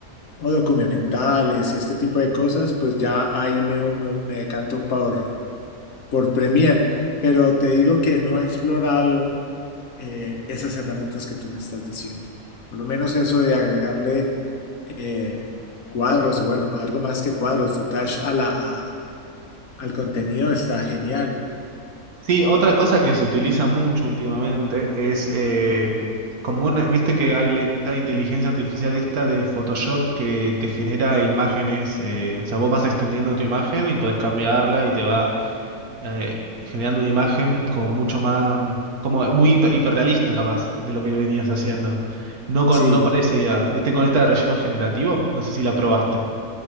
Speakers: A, on the left; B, on the right.
A: o documentales y este tipo de cosas, pues ya ahí me, me- me decanto por, por Premiere. Pero te digo que no he explorado eh, esas herramientas que tú me estás diciendo. Por lo menos eso de agregarle eh, cuadros o bueno, algo más que cuadros, footage a la, a- al contenido está genial.
B: Sí, otra cosa que se utiliza mucho últimamente es eh, como una- viste que hay la, esta inteligencia artificial esta de Photoshop que te genera imágenes, eh, o sea, vos vas extendiendo tu imagen y podés cambiarla y te va eh, generando una imagen como mucho más, como muy hiper- hiperrealista capaz de lo que venías haciendo. No con,
A: Sí,
B: no parece ya, viste con esta de relleno generativo, no sé si la probaste.